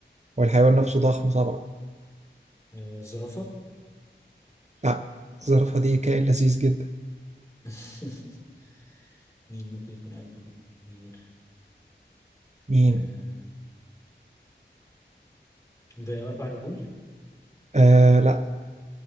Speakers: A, on the right (about 40°); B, on the left (about 15°).
A: والحيوان نفسه ضخم طبعا
B: آه، الزرافة
A: لا الزرافة دي كائن لذيذ جدا
B: <laughs> مين ممكن يكون قلبه كبير
A: مين
B: آه، بأربع رجول؟
A: آه لا